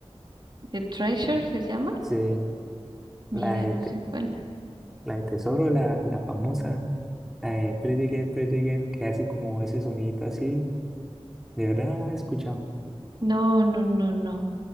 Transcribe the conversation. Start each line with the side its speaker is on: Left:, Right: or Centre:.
Right: The Treasure se llama.
Centre: Sí, la
Right: Mira,
Centre: de,
Right: no
Centre: Te-
Right: sé cuál.
Centre: la de Tesoro, la, la famosa, la de Pretty Girl, Pretty Girl, que hace como ese sonito así. De verdad no la he escuchado.
Right: No, no, no, no.